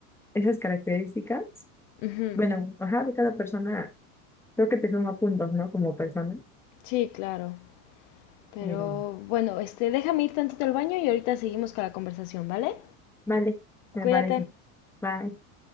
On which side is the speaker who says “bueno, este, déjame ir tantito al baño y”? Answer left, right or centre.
Left